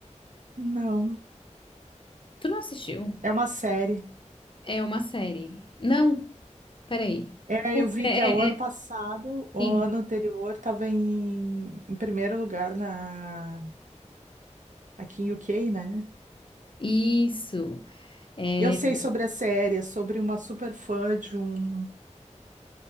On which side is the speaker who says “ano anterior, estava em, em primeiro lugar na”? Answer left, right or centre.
Right